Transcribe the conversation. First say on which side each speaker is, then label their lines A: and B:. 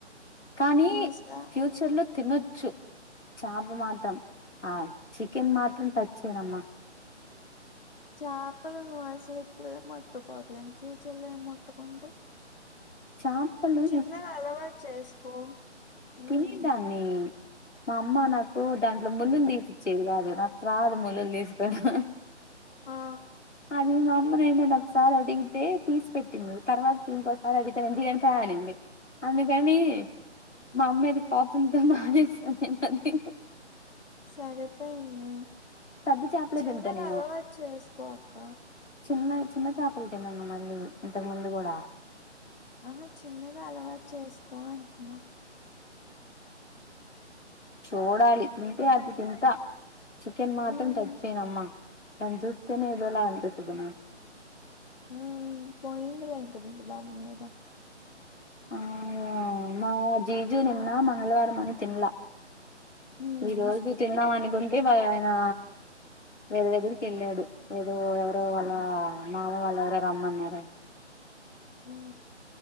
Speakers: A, on the left; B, on the left.
A: కానీ
B: నువ్వు అసలు
A: ఫ్యూచర్ లో తినొచ్చు చాంపు మాత్రం ఆ చికెన్ మాత్రం టచ్ చేయనమ్మా
B: చాపలను అసలు ఇప్పుడే మట్టుకోవట్లేని ఫ్యూచర్ లో ఏం ముట్టుకుంటవ్
A: చేపలు
B: చిన్నగా అలవాటు చేసుకో ఉమ్,
A: తిని దాన్ని మా అమ్మ నాకు దాంట్లో ముల్లుళ్లు తీసిచ్చేది కాదు నాక్ రాదు ముల్లుళ్లు తీస్కోడం
B: ఆ
A: అది మా నేను నేను ఒకసారి అడిగితే తీసి పెట్టింది తర్వాత ఇంకోసారి అడిగితే నేన్ తియ్యను పా అనింది అందుకని మా అమ్మ మీద
B: ఉమ్,
A: కోపంతో మానేసా నెన్ అది
B: సరిపోయింది
A: పెద్ద చేపలే
B: చిన్నగా
A: తింటా నేను
B: అలవాటు చేసుకోక్క
A: చిన్న చిన్న చేపలు తిన్న నే మళ్ళీ ఇంతకు ముందు కూడా
B: అహ చిన్నగా అలవాటు చేసుకో అంటున్నా
A: చూడాలి తింటే అది తింటా చికెన్ మాత్రం
B: హ్మ్.
A: టచ్ చేయనమ్మా దాన్ చూస్తేనే ఏదోలా అనిపిస్తది మ
B: ఉ పోయింది లె ఇంక నీకు దాని మీద
A: ఆ మా జీజు నిన్న మంగళవారం అని తిన్లా
B: హ్మ్.
A: ఈ రోజు తిన్నామనికుంటే వ ఆయనా వేరే దగ్గరికి వెళ్ళాడు ఏదో ఎవరో వాళ్ళ మామ వాళ్ళ ఎవరో రమ్మన్నారా
B: ఊ